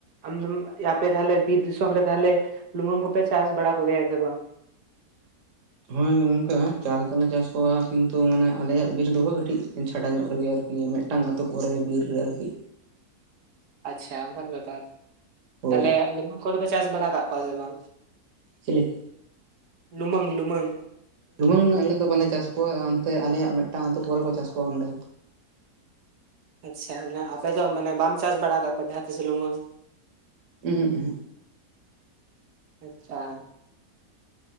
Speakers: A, on the right (about 90°); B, on the right (about 55°).
A: ᱟᱢᱫᱚᱢ ᱟᱯᱮ ᱛᱟᱦᱚᱞᱮ ᱵᱤᱨ ᱫᱤᱥᱚᱢ ᱨᱮ ᱛᱟᱦᱚᱞᱮ ᱞᱩᱢᱟᱹᱝ ᱠᱚᱯᱮ ᱪᱟᱥ ᱵᱟᱲᱟ ᱠᱚᱜᱮᱭᱟ ᱥᱮ ᱵᱟᱝ?
B: ᱦᱳᱭ ᱜᱚᱝᱠᱮ ᱪᱟᱥ ᱫᱚᱞᱮ ᱪᱟᱥ ᱠᱚᱣᱟ ᱠᱤᱱᱛᱩ ᱢᱟᱱᱮ ᱟᱞᱮᱭᱟᱜ ᱵᱤᱨ ᱫᱚ ᱵᱟᱝ ᱠᱟᱹᱴᱤᱡ ᱪᱷᱟᱰᱟ ᱧᱚᱜ ᱨᱮᱜᱮᱭᱟ ᱟᱨᱠᱤ ᱢᱤᱫᱴᱟᱝ ᱟᱛᱳ ᱯᱚᱨᱮ ᱵᱤᱨ ᱨᱮ ᱟᱨᱠᱤ
A: ᱟᱪᱪᱷᱟ ᱚᱱᱠᱟᱱ ᱠᱟᱛᱷᱟ
B: ᱦᱳᱭ
A: ᱛᱟᱦᱞᱮ ᱞᱩᱢᱟᱝ ᱠᱚᱫᱚᱯᱮ ᱪᱟᱥ ᱵᱟᱲᱟ ᱠᱟᱜ ᱠᱚᱣᱟ ᱥᱮ ᱵᱟᱝ?
B: ᱪᱮᱞᱤ
A: ᱞᱩᱢᱟᱹᱝ ᱞᱩᱢᱟᱹᱝ
B: ᱞᱩᱢᱟᱹᱝ ᱟᱞᱮ ᱫᱚ ᱵᱟᱞᱮ ᱪᱟᱥ ᱠᱚᱣᱟ ᱚᱱᱛᱮ ᱟᱞᱮᱭᱟᱜ ᱢᱤᱫᱴᱟᱝ ᱟ ᱟᱹᱛᱳ ᱯᱚᱨᱮ ᱠᱚ ᱪᱟᱥ ᱠᱚᱣᱟ ᱚᱸᱰᱮ
A: ᱟᱪᱪᱷᱟ ᱚᱱᱟ ᱟᱯᱮ ᱫᱚ ᱢᱟᱱᱮ ᱵᱟᱢ ᱪᱟᱥ ᱵᱟᱲᱟ ᱠᱟᱫ ᱠᱚᱣᱟ ᱡᱟᱦᱟᱸ ᱛᱤᱥ ᱞᱩᱢᱟᱹᱝ
B: ᱮᱦᱸ ᱮᱮᱸ <inaudible>
A: ᱟᱪᱪᱷᱟ